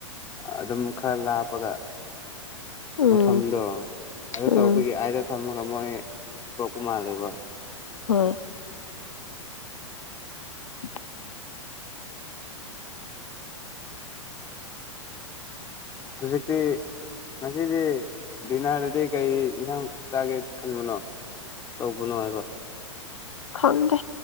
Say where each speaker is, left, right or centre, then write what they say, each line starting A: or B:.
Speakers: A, on the left; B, on the left.
A: ꯑꯗꯨꯝ ꯈꯔ ꯂꯥꯞꯄꯒ
B: ꯎꯝ
A: ꯃꯐꯝꯗꯣ ꯑꯗꯨ
B: ꯎꯝ
A: ꯇꯧꯕꯒꯤ ꯑꯗ ꯊꯝꯃꯒ ꯃꯣꯏ ꯄꯨꯔꯛꯄ ꯃꯥꯜꯂꯦꯕ
B: ꯍꯣꯏ <inaudible>
A: ꯍꯨꯖꯤꯛꯇꯤ ꯉꯁꯤꯗꯤ ꯚꯅꯥꯔꯗꯗꯤ ꯀꯩ ꯌꯦꯟꯁꯥꯡ ꯆꯥꯒꯦ ꯈꯟꯕꯅꯣ ꯇꯧꯕꯅꯣ ꯍꯥꯏꯕ
B: ꯈꯪꯗꯦ